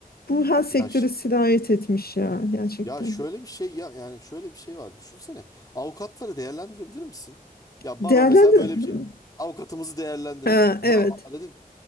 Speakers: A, on the left; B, on the left.
A: bu her sektöre
B: Ya ş-
A: sirayet etmiş ya gerçekten
B: ya şöyle bir şey ya yani şöyle bir şey var. Düşünsene. Avukatları değerlendirebilir misin? Ya
A: değerlendirin
B: baro mesela böyle bir şey.
A: Hı.
B: Avukatımızı değerlendirin.
A: ha,
B: Ya
A: evet
B: a- dedim